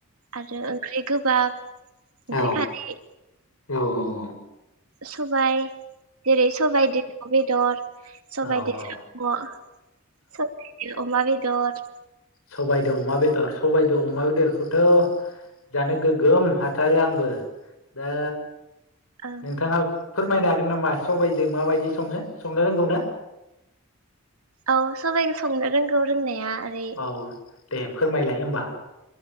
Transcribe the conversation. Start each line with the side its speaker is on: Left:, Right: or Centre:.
Right: आरो ओंख्रि गोबाब
Left: औ
Right: ओंख्रि खारै
Left: औ औ।
Right: सबाय जेरै सबाय दिद बे दर। सबाय
Left: औ
Right: दिद साम' सबायदो अमा बे दर
Left: सबायद' अमा बेदर सबायद' अमा बेदरखौथ' जानो गोगोम हाथारो आंबो दा
Right: ओं
Left: नोंथाङा फोरमायनो हागोन नामा सबाइजों माबायदि सङो संनो रोंगौ ना?
Right: औ सबाइखौ संनो रोंगौ रोंनाया। ओरै
Left: औ दे फोरमायलाय होमबा।